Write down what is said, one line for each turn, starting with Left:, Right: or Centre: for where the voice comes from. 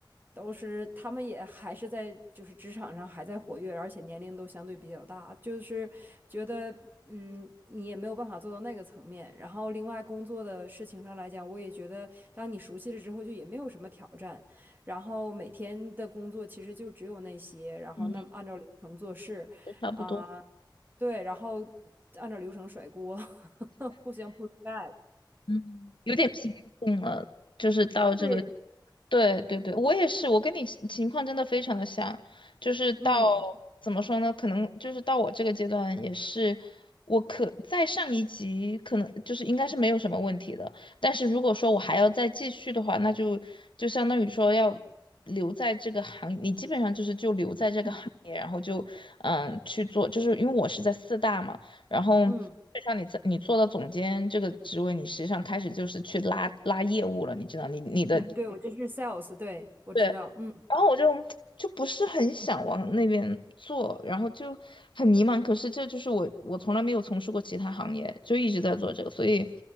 Right: 都是他们也还是在就是职场上还在活跃，而且年龄都相对比较大，就是觉得嗯，你也没有办法做到那个层面。然后另外工作的事情上来讲，我也觉得当你熟悉了之后，就也没有什么挑战。然后每天的工作其实就只有那些，然后那按照流程做事，
Left: 嗯，差不多，
Right: 啊、对，然后按照流程甩锅，<laughs> 互相 push back。
Left: 嗯，有点平静了，就是到这个。
Right: 对，
Left: 对对对，我也是，我跟你情情况真的非常的像，就是到
Right: 嗯
Left: 怎么说呢？可能就是到我这个阶段也是，我可在上一级可能就是应该是没有什么问题的，但是如果说我还要再继续的话，那就就相当于说要留在这个行业，你基本上就是就留在这个行业，
Right: 嗯
Left: 然后就嗯去做，就是因为我是在四大嘛，然后。
Right: 嗯，
Left: 让你在你做到总监这个职位，你实际上开始就是去拉拉业务了，你知道，你你的。
Right: 对对，我这是 sales，对，我知道，
Left: 对。
Right: 嗯。
Left: 然后我就就不是很想往那边做，然后就很迷茫。可是这就是我，我从来没有从事过其他行业，就一直在做这个，所以